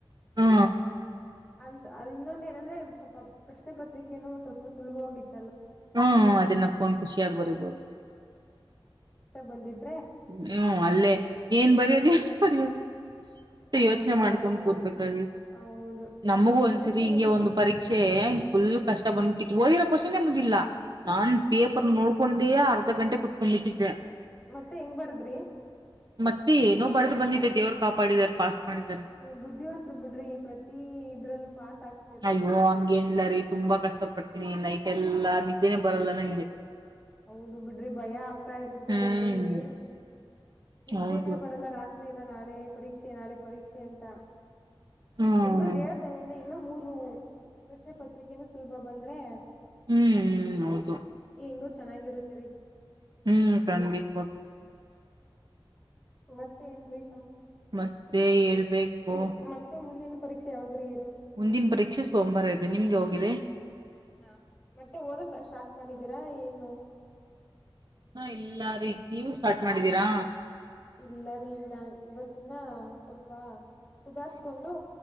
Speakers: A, on the right (about 50°); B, on the left (about 20°).
A: ಹಾ
B: ಅಂದ ಅ ಇನ್ನೊಂದ ಏನಂದ್ರೆ ಸ್ವಲ್ಪ ಪ್ರಶ್ನೆ ಪತ್ರಿಕೆನು ಸ್ವಲ್ಪ ಸುಲಭವಾಗಿತ್ತು
A: ಹ್ಮ ಅದೇನಪ್ಕೊಂಡ್ ಖುಷಿಯಾಗಿ ಬರಿಬೋದು
B: ಬಂದಿದ್ದು
A: ಹ್ಮ್ ಅಲ್ಲೇ ಏನ್ ಬರಿಯೋದ ಬೇರಿಯೋದು ಮ
B: ಹೌದು
A: ಯೋಚನೆ ಮಾಡ್ಕೊಂಡು
B: ಅದು
A: ಕುರ್ಬೇಕಾಗಿತ್ತು
B: ಹೌದು
A: ನಮಗೂ
B: ನೀವ್
A: ಒಂದ್ಸರಿ
B: ಪರೀಕ್ಷೆಗೆ
A: ಹಿಂಗೆ
B: ಹೆಂಗ್
A: ಒಂದು ಪರೀಕ್ಷೆ ಫುಲ್ ಕಷ್ಟ ಬಂದ್ಬಿಟ್ಟಿತ್ತು ಓದಿರೋ ಕೋಷನೆೆ ಬಂದಿಲ್ಲ ನಾನ್ ಪೇಪರ್ ನೋಡ್ಕೊಂಡೇ ಅರ್ ರ್ದ ಗಂಟೆ ಕುತ್ಕೊಂಡ್ ಬಿಟ್ಟಿದ್ದೆ
B: ಮತ್ತೆ ಹೆಂಗ್ ಬರದ್ರಿ
A: ಮತ್ತೆ ಏನೋ ಬರ್ದು ಬಂದಿದೆೆ ದೇವರು ಕಾಡಿದ್ದಾರೆ ಪಾಸ್ ಮಾಡಿದ್ದಾರೆ
B: ನೀವ್ ಬುದ್ಧಿವಂತ್ರ ಬಿಡ್ರಿ ಪ್ರತಿ ಇದ್ರಲ್ಲೂ ಪಾಸ್ ಆಗ್
A: ಅಯ್ಯೋ ಹಂಗೇನ ಇಲ್ಲರೀ ತುಂಬಾ ಕಷ್ಟಪಟ್ಟ ನೀ ನೈಟ್ ಎಲ್ಲಾ ನಿದ್ದೇನೆ ಬರಲ್ಲ ನಂಗೆ
B: ಹೌದು ಬಿಡ್ರಿ ಭಯ ಆಗ್ತಾ ಇರುತ್ತೆ
A: ಹ್ಮ್
B: ಒಳಲ್ಲಿ ನಿದ್ದೇನೆ
A: ಹೌದು
B: ಬರಲ್ಲ ರಾತ್ರಿ ತ್ರಿಯಲ್ಲ ನಾಳೆ ಪರೀಕ್ಷೆ ನಾಳೆ ಪರೀಕ್ಷೆ ಅಂತ
A: ಹ್ಮ್
B: ಹೆಂಗೋ ದೇವ್ರದಯೆಯಿಂದ ಇನ್ನು ಮೂರು ರು ಪ್ರಶ್ನೆ ಪತ್ರಿಕೆನ ಸುಲಭ ಬಂದು ದ್ರೆ
A: ಹ್ಮ್ ಹ್ಮ್ ಹೌದು
B: ಹಿಂಗು ಚೆನ್ನಾಗಿರುತ್ತೇರಿ
A: ಹ್ಮ್ ಖಂಡಿತವಾಗ್ಲೂ
B: ಮತ್ತೆನ್ ರೀ
A: ಮತ್ತೆ ಹೇಳ್ಬೇಕು
B: ಹ್ಮ್ ಮತ್ತೆ ಮುಂದಿನ ಪರೀಕ್ಷೆ ಯಾವಗ್ರೀ
A: ಮುಂದಿನ ಪರೀಕ್ಷೆ ಸೋಮವಾರ ಇದೆ ನಿಮ್ದ ಯವಾಗಿದೆ
B: ಹೌದಾ ಮತ್ತೆ ಓದಕ್ ಸ್ಟಾರ್ಟ್ ಮಾಡಿದೀರಾ ಏನು
A: ಹ ಎಲ್ಲಾರೂ ನೀವು ಸ್ಟಾರ್ಟ್ ಮಾಡಿದ್ದೀರಾ
B: ಇಲ್ಲರಿೀ ಇನ್ನ ಇವತ್ತಿನ ಸ್ವಲ್ಪ ಸುಧಾರ್ಸ್ಕೊಂಡು